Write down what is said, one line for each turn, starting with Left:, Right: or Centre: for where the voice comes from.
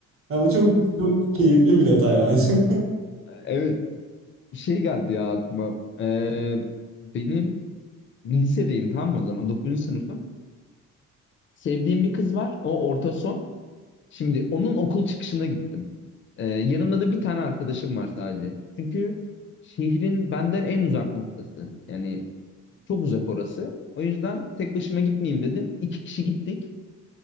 Right: Ha, bu çok çok keyifli bir detay bence.
Left: Evet. Şey geldi ya aklıma. Ee, benim lisedeyim tamam mı o zaman? 9. sınıfım. Sevdiğim bir kız var. O orta son. Şimdi onun okul çıkışına gittim. Ee, yanımda da bir tane arkadaşım var sadece. Çünkü şehrin benden en uzak noktası. Yani çok uzak orası. O yüzden tek başıma gitmeyeyim dedim. İki kişi gittik.